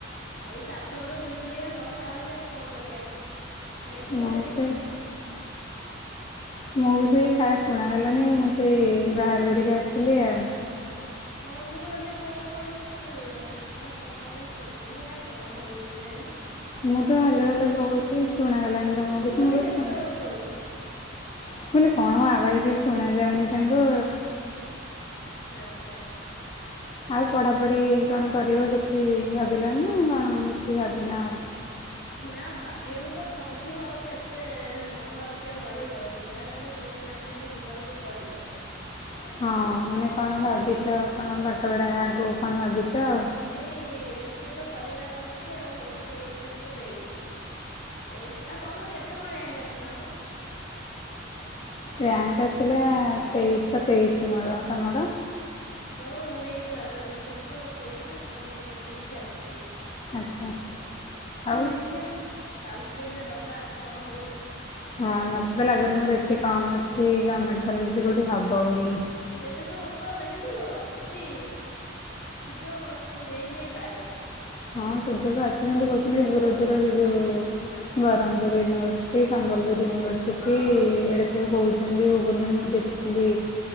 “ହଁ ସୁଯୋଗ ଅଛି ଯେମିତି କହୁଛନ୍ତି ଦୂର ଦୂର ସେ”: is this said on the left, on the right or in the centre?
Left